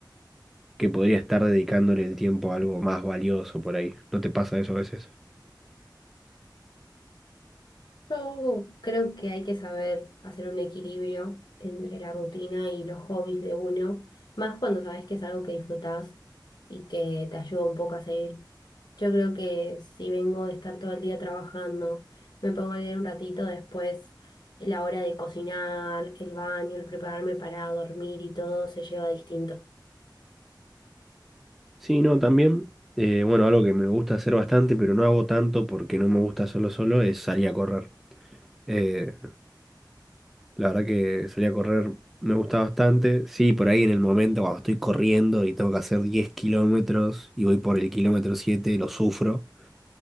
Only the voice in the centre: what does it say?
que podría estar dedicándole el tiempo a algo más valioso por ahí. ¿No te pasa eso a veces?
Sí, no, también. eh, bueno, algo que me gusta hacer bastante, pero no hago tanto porque no me gusta hacerlo solo, es salir a correr. Eh, la verdad que salir a correr me gusta bastante. Sí, por ahí en el momento cuando estoy corriendo y tengo que hacer 10 kilómetros y voy por el kilómetro 7 lo sufro.